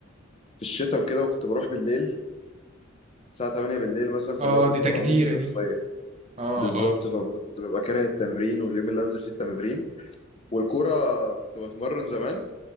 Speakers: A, on the left; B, on the right.
A: في الشتاء وكده وكنت بروح بالليل الساعه 8 بالليل مثلا فاللي
B: اه
A: هو كنت
B: دي تجديرة
A: بموت حرفيا
B: دي اه
A: بالظبط
B: اه
A: فكنت ببقى كاره التمرين واليوم اللي انزل فيه التمرين والكوره كنت بتمرن زمان